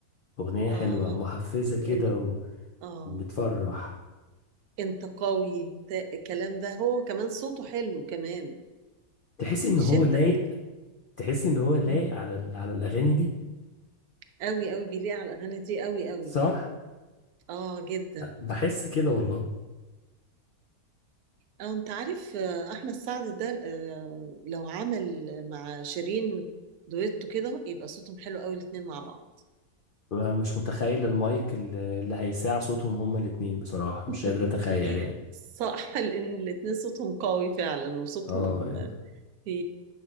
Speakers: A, on the left (about 70°); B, on the right (about 85°).
A: أغنية
B: آه
A: حلوة محفزة
B: بيقول
A: كده
B: له آه
A: وبتفرح
B: أنت قوي تا- الكلام ده هو كمان صوته حلو كمان
A: تحس
B: فبيشدك
A: إن هو لايق تحس إن هو لايق
B: مم.
A: على ال... على الأغاني دي
B: قوي قوي بيليق على الأغاني دي قوي قوي
A: صح
B: آه جدا
A: بحس كده والله
B: أو أنت عارف آه، أحمد سعد ده آه، لو عمل مع شيرين دويتو كده يبقى صوتهم حلو قوي الاتنين مع بعض
A: أنا مش متخيل المايك اللي اللي هيساع صوتهم هما الاتنين بصراحة
B: <laughs>
A: مش قادر أتخيل يعني
B: صح لأن الاتنين صوتهم قوي فعلا وصوتهم
A: اه يعني
B: في